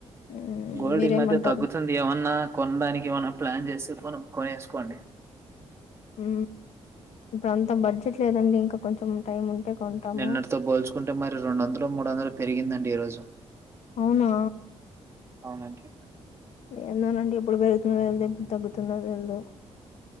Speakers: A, on the left; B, on the right.
A: మ్మ్
B: గోల్డ్
A: మీరేమంటారు
B: ఈ మధ్య తగ్గుతుంది ఏమన్నా కొనడానికి ఏమన్నా ప్లాన్ చేసి కొను కొనేసుకోండి.
A: ఊ ఇంకా అంత బడ్జెట్ లేదండి ఇంకా కొంచెం టైం ఉంటే కొంటాము.
B: నిన్నటితో పోల్చుకుంటే మరి రెండు వందలో మూడు వందలో పెరిగిందండి ఈరోజు
A: అవునా
B: అవునండి
A: ఏందోనండి ఎప్పుడు పెరుగుతున్నో తెలీదు ఎప్పుడు తగ్గుతుందో తెలీదు